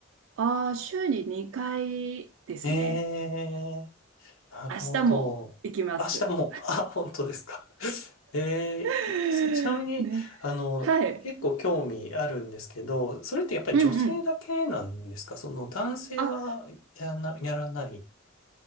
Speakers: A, on the right; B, on the left.
A: ああ、週に2回ですね。
B: ええ、なるほど。
A: 明日も行きます。
B: 明日も、あ、本当ですか。えー、
A: <laughs>
B: そちなみに、
A: ね。
B: あの、
A: はい。
B: 結構興味あるんですけど、それってやっぱり女性だけなんですかその男性はやらな、
A: うんうん。あ、
B: やらない。